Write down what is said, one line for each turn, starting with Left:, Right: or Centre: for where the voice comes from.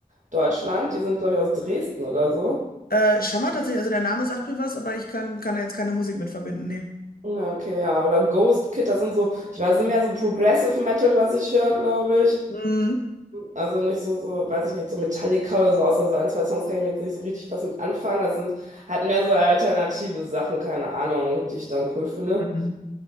Right: Deutschland. Die sind, glaube ich, aus Dresden oder so.
Left: äh, Schammer tatsächlich, also der Name sagt mir was, aber ich kann, kann da jetzt keine Musik mit verbinden. Nee.
Right: Ja, okay, ja. Oder Ghost Kid, das sind so, ich weiß nicht mehr, so Progressive Metal, was ich höre, glaube ich.
Left: Mhm.
Right: Also nicht so, so, weiß ich nicht, so Metallica oder so, außer so ein, zwei Songs kann ich mir jetzt nicht so richtig was mit anfangen. Das sind halt mehr so alternative Sachen, keine Ahnung, die ich dann cool finde.
Left: Mhm.